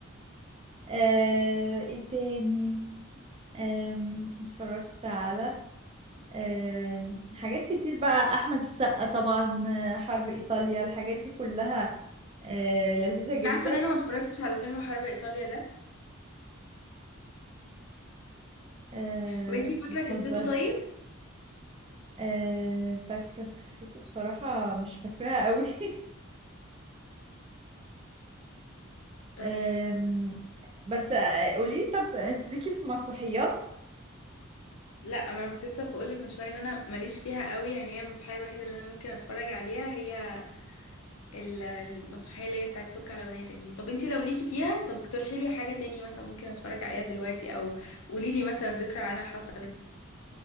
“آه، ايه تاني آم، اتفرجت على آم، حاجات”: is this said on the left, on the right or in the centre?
Right